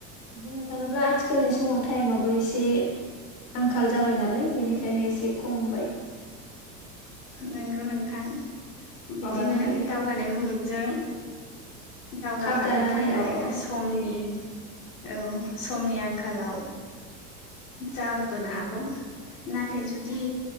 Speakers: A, on the left (about 50°); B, on the left (about 70°).
A: बुंनो थाङोब्ला आथिखालनि समाव टाइमाबबो एसे आंखाल जाबाय नालाय बेनिखायनो एसे खमबाय
B: नंगौ नोंथां बिदिनो
A: माबानो हायो
B: दावगानाय मुलुगजों दावगाफानो
A: खाब जानानै
B: थाखाय
A: अ अ
B: समनि औ समनि आंखालाव जा होनबानो हागौ नाथाय जुदि बिदि